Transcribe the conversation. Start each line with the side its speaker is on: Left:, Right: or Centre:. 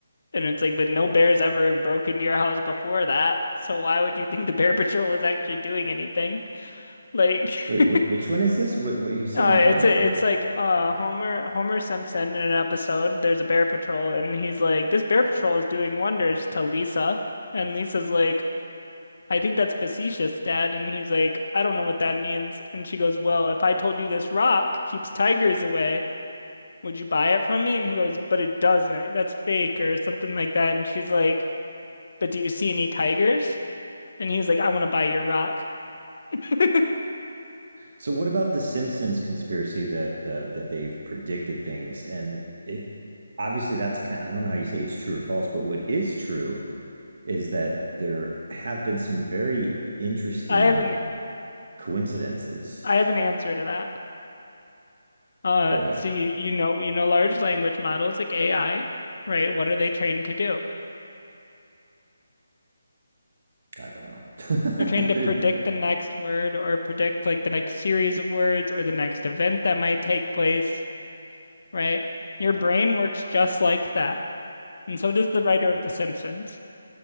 Left: And it's like, but no bears ever broke into your house before that. So why would you think the Bear <laughs> Patrol is actually doing anything? Like,
Right: Wait,
Left: <laughs> uh,
Right: wh- which one is this? What what are you saying?
Left: it's
Right: Um,
Left: a,
Right: I'm
Left: it's like uh Homer Homer Simpson in an episode. There's a Bear Patrol, and he's like, this Bear Patrol is doing wonders to Lisa, and Lisa's like. I think that's facetious, Dad. And he's like, I don't know what that means. And she goes, Well, if I told you this rock keeps tigers away, would you buy it from me? And he goes, but it doesn't. That's fake or something like that. And she's like, but do you see any tigers? And he's like, I want to buy your rock. <laughs>
Right: so what about the Simpsons conspiracy that uh, that they've predicted things and it obviously that's kind I don't know how you say it's true or false, but what is true is that there have been some very interesting
Left: I have an
Right: coincidences.
Left: I have an answer to that. Uh,
Right: Go ahead.
Left: so you you know you know large language models like AI, right? What are they trained to do?
Right: I don't know. <laughs>
Left: They're trained to
Right: There's
Left: predict the next word or predict like the next series of words or the next event that might take place, right? Your brain works just like that. And so does the writer of The Simpsons.